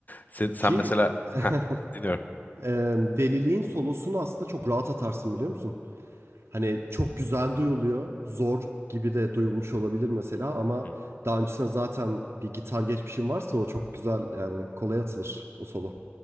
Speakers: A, on the left; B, on the right.
A: Se sen
B: Ki
A: mesela
B: <laughs>
A: Heh, dinliyorum.
B: eee, deliliğin solosunu aslında çok rahat atarsın biliyor musun? Hani çok güzel duyuluyor. Zor gibi de duyulmuş olabilir mesela ama
A: Hı hı.
B: daha öncesinde zaten bir gitar geçmişim varsa o çok güzel yani kolay atılır o solo.